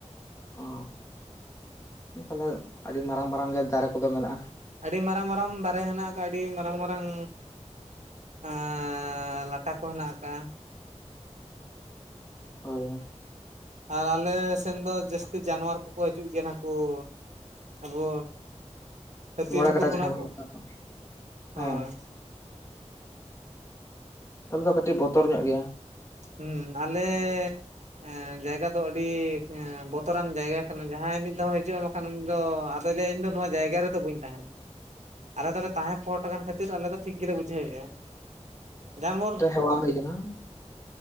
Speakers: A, on the left (about 25°); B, on the right (about 70°).
A: ᱚ ᱛᱟᱦᱚᱞᱮ ᱟᱹᱰᱤ ᱢᱟᱨᱟᱝ ᱢᱟᱨᱟᱝ ᱜᱮ ᱫᱟᱨᱮ ᱠᱚᱫᱚ ᱢᱮᱱᱟᱜ-ᱟ᱾
B: ᱟᱹᱰᱤ ᱢᱟᱨᱟᱝ ᱢᱟᱨᱟᱝ ᱫᱟᱨᱮ ᱦᱮᱱᱟᱜ ᱟᱠᱟᱫ ᱟᱹᱰᱤ ᱢᱟᱨᱟᱝ ᱢᱟᱨᱟᱝ ᱟᱨ ᱞᱟᱴᱟ ᱠᱚ ᱦᱮᱱᱟᱜ ᱟᱠᱟᱜ ᱾
A: ᱦᱳᱭ
B: ᱟᱞᱮ ᱥᱮᱱ ᱫᱚ ᱡᱟᱹᱥᱛᱤ ᱡᱟᱱᱣᱟᱨ ᱠᱚᱠᱚ ᱦᱤᱡᱩᱜ ᱜᱮᱭᱟ ᱱᱟᱠᱩ ᱾ ᱟᱵᱚ ᱦᱟᱹᱛᱤ
A: ᱢᱚᱬᱮ
B: ᱴᱷᱟᱹᱠᱩᱨ
A: ᱠᱟᱴᱟ
B: ᱵᱚᱱᱟ
A: ᱡᱟᱦᱟᱸ ᱵᱚᱱ
B: ᱠᱚ
A: ᱢᱮᱛᱟᱜ ᱫᱚ, ᱦᱮᱸ
B: ᱦᱳᱭ
A: ᱛᱟᱦᱚᱞᱮ ᱫᱚ ᱠᱟᱹᱴᱤᱡ ᱵᱚᱛᱚᱨ ᱧᱚᱜ ᱜᱮᱭᱟ ᱾
B: ᱦᱮᱸ ᱟᱞᱮ ᱮᱸ ᱡᱟᱭᱜᱟ ᱫᱚ ᱟᱹᱰᱤ ᱵᱚᱛᱚᱨᱟᱱ ᱡᱟᱭᱜᱟ ᱠᱟᱱᱟ ᱡᱟᱦᱟᱸᱭ ᱢᱤᱫ ᱫᱷᱟᱣ ᱦᱤᱡᱩᱜᱼᱟ ᱠᱷᱟᱱ ᱩᱱ ᱫᱚ ᱟᱫᱚᱭ ᱞᱟ. ᱭ ᱟ ᱤᱧ ᱫᱚ ᱱᱚᱣᱟ ᱡᱟᱭᱜᱟ ᱨᱮᱫᱚ ᱵᱟᱹᱧ ᱛᱟᱦᱮᱱᱟ ᱟᱞᱮ ᱫᱚᱞᱮ ᱛᱟᱦᱮᱸ ᱯᱚᱴ ᱟᱠᱟᱱ ᱠᱷᱟᱹᱛᱤᱨ ᱟᱞᱮ ᱫᱚ ᱴᱷᱤᱠ ᱜᱮᱞᱮ ᱵᱩᱡᱷᱟᱹᱣᱮᱫᱼᱟ ᱡᱟᱱᱢᱚᱨ
A: ᱪᱟᱵᱠ ᱦᱩᱭ ᱠᱟᱱᱟ